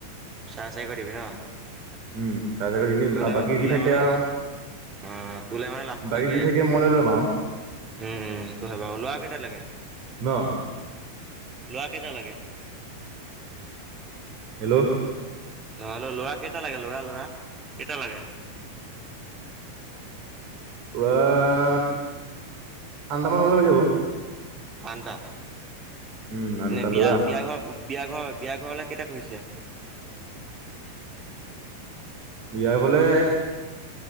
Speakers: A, on the right; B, on the right.
A: চাৰে চাৰিশ দিবি ন
B: উম চাৰ এ
A: তোলে
B: বাকী
A: তোলে
B: যি থাকে
A: মানে
B: আৰু
A: অ' তোলে মানে লাভ
B: বাকী
A: থাকিলে।
B: যি থাকে মই ল লম আৰু
A: উম উম সেইটো হয় বাৰ লোৱা কেইটা লাগে
B: ন
A: লোৱা কেইটা লাগে
B: হেল্ল'
A: অ্ল' ল'ৰা কেইটা লাগে ল'ৰা ল'ৰা কেইটা লাগে
B: পূৰা আঠঠটামান হ'লে হৈ যাব
A: আনটাা
B: উম আঠটা
A: এে বিয়া
B: ল'ৰা
A: বিয়া ঘৰ বিয়া ঘৰ বিয়া ঘৰলে কেেইতিয়া খুিছে
B: বিয়াই ফলে